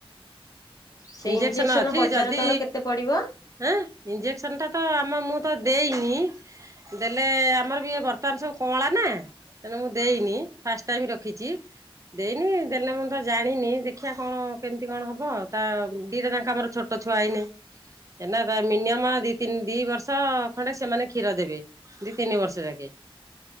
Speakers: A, on the left (about 35°); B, on the right (about 35°).
A: ସେଇ
B: ଇଞ୍ଜେକ୍ସନ୍
A: ଇଞ୍ଜେକ୍ସନ
B: ଅଛି
A: ବଜାର
B: ଯଦି
A: ଦର କେତେ ପଡିବ?
B: ହାଁ ଇଞ୍ଜେକ୍ସନ୍ ଟା ତ ଆମ ମୁଁ ତ ଦେଇନି। ଦେଲେ ଆମର ବି ବର୍ତ୍ତମାନ ସବୁ କଁଳା ନା ତେଣୁ ମୁଁ ଦେଇନି ଫାଷ୍ଟ ଟାଇମ ରଖିଚି। ଦେଇନି ଦେଲେ ମୁଁ ତ ଜାଣିନି ଦେଖିବା କଣ କେମିତି କଣ ହବ ତା ଦିଟା ଯାକ ଆମର ଛୋଟ ଛୁଆ ଏଇନେ ଏନା ତା ମିନିମମ ଦି ତିନି ଦିବର୍ଷ ଖଣ୍ଡେ ସେମାନେ କ୍ଷୀର ଦେବେ ଦି ତିନି ବର୍ଷ ଯାକେ।